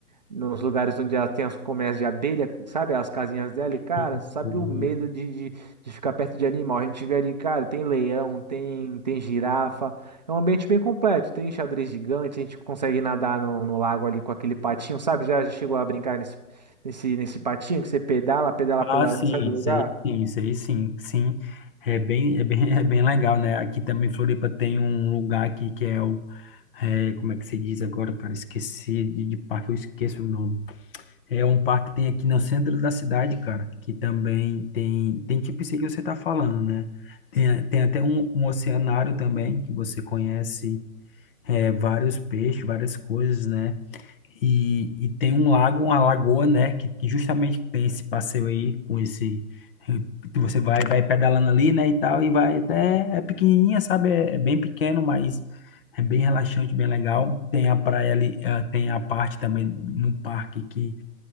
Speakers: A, on the right (about 30°); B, on the left (about 35°).
A: nos lugares onde ela tem as colmeias de abelha, sabe? As casinhas dela,
B: Sim,
A: e, cara, sabe
B: sim.
A: o medo de, de, de ficar perto de animal? A gente vê ali, cara, tem leão, tem, tem girafa, é um ambiente bem completo, tem xadrez gigante, a gente consegue nadar no, no lago ali com aquele patinho, sabe? Já, já chegou a brincar nesse, nesse, nesse patinho que você pedala, pedala,
B: Ah,
A: pedala,
B: sim,
A: não sai do
B: isso
A: lugar?
B: aí sim, isso aí sim, sim. É bem, é bem, <laughs> é bem legal, né? Aqui também em Floripa tem um lugar aqui que é o, é, como é que se diz agora, cara? Esqueci de, de parque, eu esqueço o nome. É um parque que tem aqui no centro da cidade, cara, que também tem, tem tipo isso aí que você tá falando, né? Tem, a- tem até um, um oceanário também, que você conhece, é, vários peixes, várias coisas, né? E, e tem um lago, uma lagoa, né? Que, que justamente tem esse passeio aí com esse. que Você vai, vai pedalando ali, né? E tal, e vai até. É pequenininha, sabe? É, é bem pequeno, mas é bem relaxante, bem legal. Tem a praia ali, ah, tem a parte também no parque que